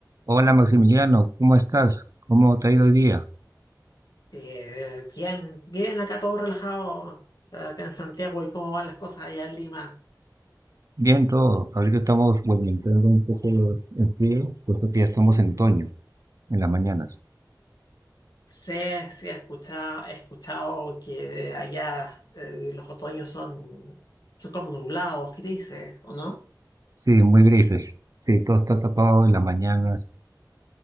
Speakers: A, on the right (about 50°); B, on the left (about 60°).
A: Hola Maximiliano, ¿cómo estás? ¿Cómo te ha ido hoy día?
B: Eh, bien, bien, acá todo relajado, acá en Santiago y cómo van las cosas allá en Lima.
A: Bien todo. Ahorita estamos bueno, entrando un poco en frío, puesto que ya estamos en otoño, en las mañanas.
B: Sé, sí, he escuchado, he escuchado que allá eh, los otoños son, son como nublados, grises, ¿o no?
A: Sí, muy grises. Sí, todo está tapado en las mañanas.